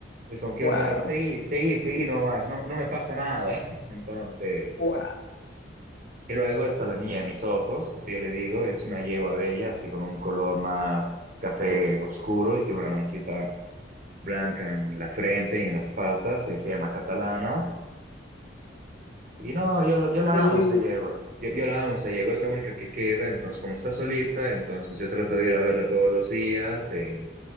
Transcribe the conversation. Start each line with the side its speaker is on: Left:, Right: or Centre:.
Right: Es como que
Left: Wow,
Right: yo lo veo, ahí, seguí, seguí, seguí nomás, no, no me pasa nada. <laughs> Entonces.
Left: wow.
Right: Y luego está la niña de mis ojos, así yo le digo, es una yegua bella, así con un color más café oscuro y tiene una manchita blanca en la frente y en las patas, eh, se llama Catalana. Y no, yo, yo la
Left: Qué bonito.
Right: amo esta yegua, yo, yo la amo esta yegua, es la única que queda, entonces como está solita, entonces yo trato de ir a verla todos los días, eh,